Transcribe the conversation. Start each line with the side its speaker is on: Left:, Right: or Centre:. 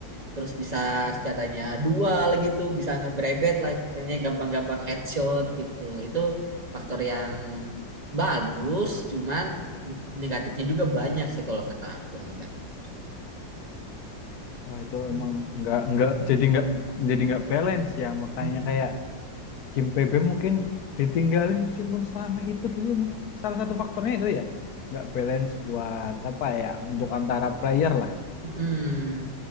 Right: terus bisa senjatanya dual gitu bisa ngebrebet lah ceritanya gampang-gampang headshot gitu itu faktor yang bagus cuman negatifnya juga banyak sih kalau kata aku negatifnya
Left: Oh, itu
Right: Hmm.
Left: emang nggak nggak jadi nggak jadi nggak balance ya makanya
Right: Mm-mm.
Left: kayak Kim PB mungkin ditinggalin meskipun seramai itu dulu mungkin salah satu faktornya itu ya nggak balance buat apa ya untuk antara player lah
Right: Mm-mm.